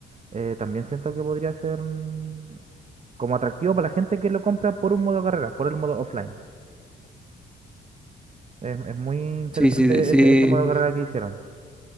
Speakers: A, on the right; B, in the centre.
A: eh, también siento que podría ser mm, como atractivo para la gente que lo compra por un modo carrera, por el modo offline. Es, es muy interesante
B: Sí, sí, te- sí,
A: ese, ese modo carrera que hicieron.